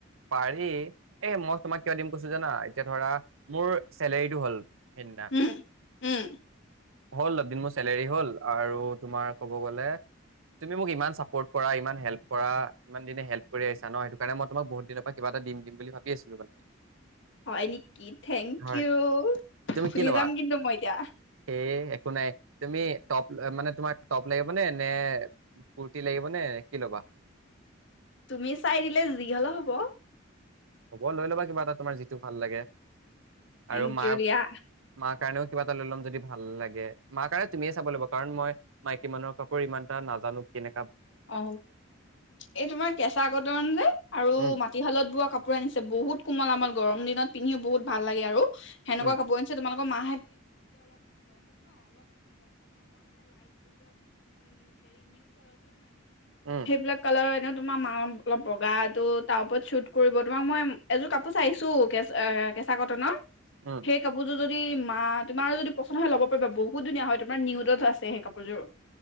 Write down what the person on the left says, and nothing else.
উম উম
হয় নেকি? থেংকিউ।
ফুলি
যাম কিন্তু মই এতিয়া।
তুমি চাই দিলে যি হ'ল হ'ব
থেংকিউ
দিয়া
অ এই তোমাৰ কেঁচা কটন যে আৰু
মাটিশালত বোৱা কাপোৰ আনিছ বহুত কোমল আমল গৰম দিনত পিন্ধিও বহুত ভাল লাগে আৰু সেনেকুৱা
কাপোৰ আনিছে তোমাল ক মা
সেইবিলাক কালাৰ। এনেও তোমাৰ মাঅ অলপ বগাটো তাৰ ওপৰত শ্বুট কৰিব, তোমাক মই এযোৰ কাপোৰ চাইছোঁ কেঁচা কেঁচা কটনৰ।
সেই কাপোৰ যোৰ। যদি মা তোমাৰ যদি পচন্দ হয় ল'ব পাৰিবা, বহুত ধুনীয়া হয় তোমাৰ নিউদত আছে সেই কাপোৰযোৰ,